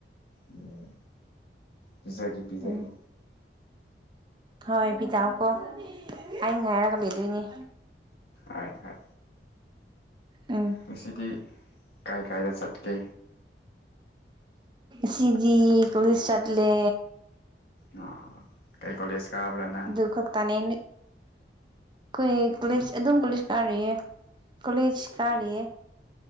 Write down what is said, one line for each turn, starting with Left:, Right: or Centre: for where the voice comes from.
Left: ꯎꯝ ꯄꯤꯖꯥꯒꯦ ꯄꯤꯖꯥꯒꯦ
Right: ꯎꯝ ꯍꯣꯏ ꯕꯤꯤꯗꯥꯎꯀꯣ ꯑꯩ ꯉꯥꯏꯔꯒ ꯂꯩꯗꯣꯏꯅꯦ
Left: ꯍꯥꯏ ꯍꯥꯏ
Right: ꯎꯝ
Left: ꯉꯁꯤꯗꯤ ꯀꯥꯏ ꯀꯥꯏꯗ ꯆꯠꯀꯦ
Right: ꯁꯤꯗꯤ ꯀꯂꯤꯁ ꯆꯠꯂꯦ
Left: ꯑꯣ ꯀꯥꯏ ꯀꯣꯂꯦꯖ ꯀꯥꯕ꯭ꯔꯥ ꯅꯪ
Right: ꯑꯗꯨ ꯈꯛꯇꯅꯦ ꯀꯈꯣꯏ ꯀꯁ
Left: ꯎꯝ
Right: ꯑꯗꯨꯝ ꯀꯂꯤ ꯀꯥꯔꯤꯦ ꯀꯣꯂꯦꯖ ꯀꯥꯔꯤ